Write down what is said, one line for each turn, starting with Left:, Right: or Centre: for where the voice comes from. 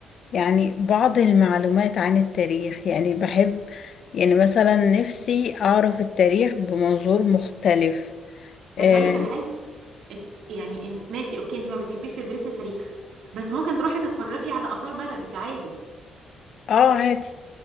Left: يعني بعض المعلومات عن التاريخ يعني بحب يعني مثلا نفسي اعرف التاريخ بمنظور مختلف
Right: بس
Left: اه
Right: اقول لك على حاجه ات- يعني انت ماشي اوكي انت ما بتحبيش تدرسي تاريخ بس ممكن تروحي تتفرجي على آثار بلدك عادي
Left: آه، عادي